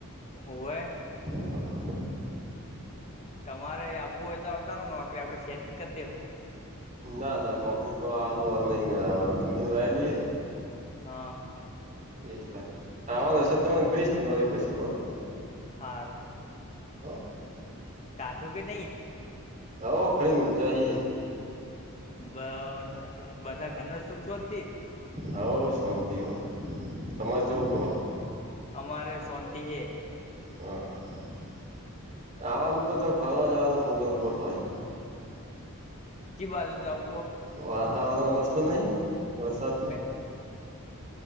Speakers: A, on the left; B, on the right.
A: હોવે
B: હા
A: તમારે આવવું હોય તો આવતાારો નોકરી આપડે સેટિંગ કરી દેહું
B: ના ના નોકરી તો હારું હ નઈ મેળ જમીન વાયલી છે
A: હા.
B: એટલે આવાનું હશે તમને કઈશ દિવાળી પછી પણ
A: હારું
B: હા.
A: કાધું કે નહી
B: હ ખઈ ને જહિએ
A: બ બધા કનર સુખ શાંતિ
B: હવ શંત હો તમામેર ચૌ કણ
A: અમારે શાંતિ હે
B: હ હ હ આવવાનું તો ચક ફરવા જવાનો પ્રોગ્રામ ગોઠવાય
A: ચી બાજુ જાઉ
B: વાતાવરણ મસ્ત નહી વરસાત નુ
A: <inaudible>